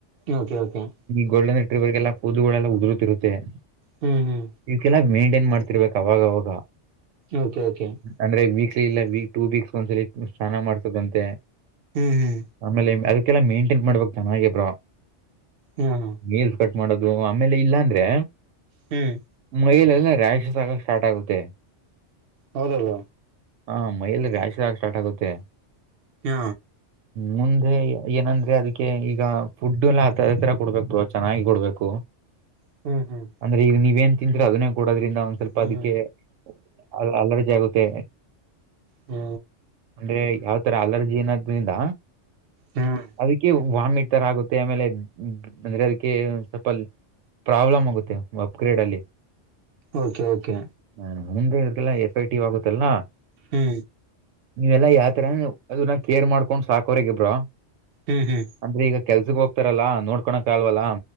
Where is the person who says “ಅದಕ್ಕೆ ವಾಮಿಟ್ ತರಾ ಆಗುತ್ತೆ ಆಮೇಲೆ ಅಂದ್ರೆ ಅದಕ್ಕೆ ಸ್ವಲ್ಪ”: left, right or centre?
Right